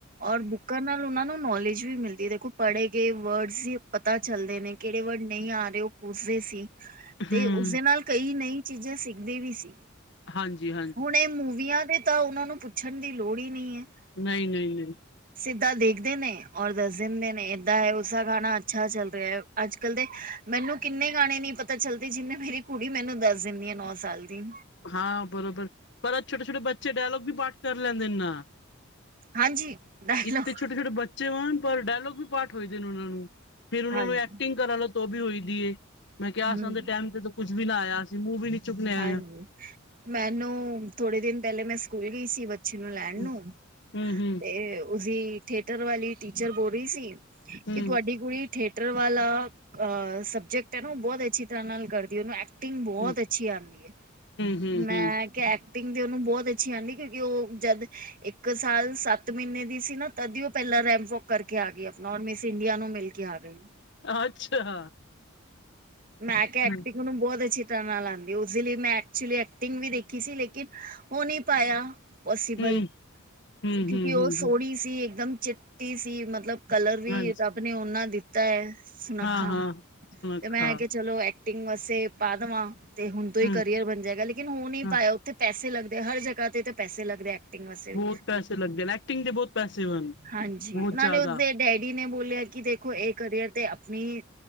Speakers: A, on the right; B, on the left.
A: ਔਰ ਬੁੱਕਰ ਨਾਲ ਉਨਾਂ ਨੂੰ ਨੌਲੇਜ ਵੀ ਮਿਲਦੀ ਦੇਖੋ ਪੜ੍ਹੇ ਗਏ ਵਰਡਸ ਈ ਪਤਾ ਚੱਲਦੇ ਨੇ ਕੇੜੇ ਵਰਡ ਨਈ ਆ ਰਏ ਓ ਪੁੱਛਦੇ ਸੀ ਤੇ
B: ਹੂੰ,
A: ਉਸਦੇ ਨਾਲ ਕਈ ਨਈ ਚੀਜ਼ਾਂ ਸਿੱਖਦੇ ਵੀ ਸੀ।
B: ਹਾਂਜੀ ਹਾਂ।
A: ਹੁਣ ਏ ਮੂਵੀਆਂ ਦੇ ਤਾਂ ਉਨਾਂ ਨੂੰ ਪੁੱਛਣ ਦੀ ਲੋੜ ਈ ਨਈ ਐ।
B: ਨਈ-ਨਈ-ਨਈ
A: ਸਿੱਧਾ ਦੇਖਦੇ ਨੇ ਔਰ ਦੱਸ ਦਿੰਦੇ ਨੇ। ਦਾ ਹੈ ਉਸਦਾ ਗਾਣਾ ਅੱਛਾ ਚੱਲ ਰਿਆ ਏ ਅੱਜ ਕੱਲ ਦੇ ਮੈਨੂੰ ਕਿੰਨੇ ਗਾਣੇ ਨੀ ਪਤਾ ਚੱਲਦੇ ਜਿੰਨੇ ਮੇਰੀ ਕੁੜੀ ਮੈਨੂੰ ਦੱਸ ਦਿੰਦੀ ਆ ਨੌ ਸਾਲ ਦੀ
B: ਹਾਂ ਬਰੋਬਰ ਪਰ ਛੋਟੇ-ਛੋਟੇ ਬੱਚੇ ਡਾਇਲੋਗ ਵੀ ਪਾਠ ਕਰ ਲੈਂਦੇ ਨੇ ਨਾ।
A: ਹਾਂਜੀ ਡਾਇਲੋਗ
B: ਇੱਕ ਤਾਂ ਛੋਟੇ-ਛੋਟੇ ਬੱਚੇ ਵਣ ਪਰ ਡਾਇਲੋਗ ਵੀ ਪਾਠ ਹੋਏਦੇ ਨੇ ਉਨਾਂ ਨੂੰ ਫਿਰ ਉਨਾਂ
A: ਹਾਂਜੀ
B: ਨੂੰ ਐਕਟਿੰਗ ਕਰਨ ਲਾ ਤੋ ਓ ਵੀ ਹੋਈ ਦੀ ਏ। ਮੈਂ ਕਿਆ
A: ਹੂੰ,
B: ਅਸਾਂ ਦੇ ਟਾਈਮ ਤੇ ਕੁੱਝ ਵੀ ਨਾ ਆਇਆ ਅਸੀ ਮੂੰਹ ਵੀ ਨੀ ਚੁੱਕਣੇ ਆਇਆ।
A: ਹਾਂਜੀ। ਹੂੰ ਮੈਨੂੰ ਥੋੜੇ ਦਿਨ ਪੈਲੇ ਮੈਂ ਸਕੂਲ ਗਈ ਸੀ। ਪਿੱਛੇ ਨੂੰ ਲੈਣ
B: ਹੂੰ,
A: ਨੂੰ
B: ਹੂੰ, ਹੂੰ,
A: ਤੇ ਉਸਦੀ ਥਏਟਰ ਵਾਲੀ ਟੀਚਰ ਬੋਲ ਰਈ ਸੀ।
B: ਹੂੰ,
A: ਕਿ ਤੁਹਾਡੀ ਕੁੜੀ ਥੀਏਟਰ ਵਾਲਾ ਅ ਸਬਜੈਕਟ ਤੈਨੂੰ ਬੋਤ ਅੱਛੀ ਤਰ੍ਹਾਂ ਨਾਲ ਕਰਦੀ ਉਨੂੰ ਐਕਟਿੰਗ ਬੋਤ
B: ਹੂੰ,
A: ਅੱਛੀ ਆਂਦੀ ਐ
B: ਹੂੰ,
A: ਮੈਂ
B: ਹੂੰ
A: ਐਕਟਿੰਗ ਤੇ ਉਨੂੰ ਬੋਤ ਅੱਛੀ ਆਂਦੀ ਕਿਉਂਕਿ ਓ ਜਦ ਇੱਕ ਸਾਲ ਸੱਤ ਮ੍ਹੀਨੇ ਦੀ ਸੀ ਨਾ ਤਦ ਓ ਪੈਲਾਂ ਰੈਪ ਵੋਕ ਕਰਕੇ ਆ ਗਈ ਆਪਣਾ ਔਰ ਮਿਸ ਇੰਡੀਆ ਨੂੰ ਮਿਲ ਕਿ ਆਵੇ
B: ਅੱਛਾ,
A: ਮੈਂ ਕਿਹਾ ਐਕਟਿੰਗ
B: ਹੂੰ,
A: ਨੂੰ ਬੋਤ ਅੱਛੀ ਤਰ੍ਹਾਂ ਨਾਲ ਆਦੀ ਉਸਦੇ ਲਈ ਮੈਂ ਐਕਚੁਲੀ ਐਕਟਿੰਗ ਵੀ ਦੇਖੀ ਸੀ। ਔ ਨੀ ਪਾਇਆ ਪੋਸੀਬਲ
B: ਹੂੰ, ਹੂੰ,
A: ਕਿਉਂਕਿ
B: ਹੂੰ,
A: ਉਹ
B: ਹੂੰ,
A: ਸੋਹਣੀ
B: ਹੂੰ
A: ਸੀ ਇਕਦਮ ਚਿੱਟੀ ਸੀ ਮਤਲਬ ਕਲਰ ਵੀ
B: ਹਾਂਜੀ
A: ਰੱਬ ਨੇ ਉਹਨਾਂ ਦਿੱ ਤਾਂ ਐ, ਸੁਨੱਖਾ
B: ਹਾਂ, ਹਾਂ ਸੁੱਖਾ
A: ਤੇ ਮੈਂ ਕੇ ਚਲੋ ਐਕਟਿੰਗ ਵਾਸਤੇ ਪਾ ਦੇਵਾਂ। ਤੇ ਹੁਣ ਤੋਂ
B: ਹੂੰ,
A: ਈ ਕਰੀਅਰ ਬਣ ਜਾਏਗਾ ਲੇਕਿਨ ਹੋਣ ਨੀ
B: ਹਾਂ।
A: ਪਾਇਆ ਉੱਥੇ ਪੈਸੇ ਲੱਗਦੇ ਹਰ ਜਗ੍ਹਾ ਤੇ ਤਾਂ ਪੈਸੇ ਲੱਗਦੇ ਐਕਟਿੰਗ ਵਾਸਤੇ
B: ਬੋਤ
A: ਵੀ
B: ਪੈਸੇ ਲੱਗਦੇ ਨੇ ਐਕਟਿੰਗ ਦੇ ਬੋਤ ਪੈਸੇ,
A: ਹਾਂਜੀ
B: ਬੋਤ
A: ਨਾਲੇ
B: ਜ਼ਿਆਦਾ
A: ਉਸਦੇ ਡੈਡੀ ਨੇ ਬੋਲਿਆ ਕਿ ਦੇਖੋ ਇਹ ਕਰੀਅਰ ਤੇ ਆਪਣੀ